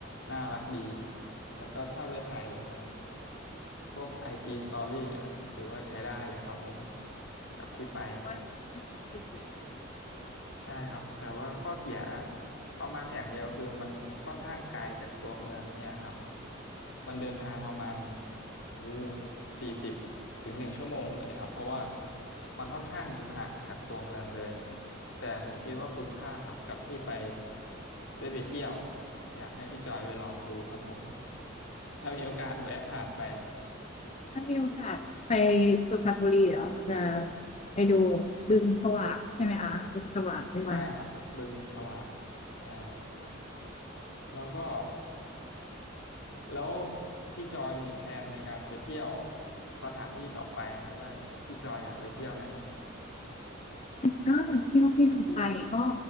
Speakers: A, on the left; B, on the left.
A: น่ารักดีแล้วก็ถ้าไปถ่ายลงพวก IG Story เนี่ยถือว่าใช้ได้เลยครับผมกับที่ไป
B: แสดงว่าได้ภาพสวยๆมาเยอะเลยสิคะ
A: ใช่ครับแต่ว่าข้อเสียประมาณอย่างเดียวคือมันค่อนข้างไกลจากตัวเมืองเนี่ยครับมันเดินทางประมาณวูสี่สิบถึงหนึ่งชั่วโมงเลยครับเพราะว่ามันค่อนข้างอยู่ห่างจากตัวเมืองเลยแต่ผมคิดว่าคุ้มค่าครับกับที่ไปได้ไปเที่ยวอยากให้พี่จอยไปลองดูครับผมถ้ามีโอกาสแวะผ่านไป
B: ถ้ามีโอกาสไปสุพรรณบุรีเดี๋ยวจะไปดูบึงฉวากใช่ไหมคะบึงฉวากด้วย
A: ใช่ครับบึงฉวากใช่แล้วก็ แล้วพี่จอยมีแผนในการไปเที่ยวสถานที่ต่อไปไหมว่าพี่จอยอยากไปเที่ยวไหน
B: ถ้าเกิดเที่ยวที่ต่อไปก็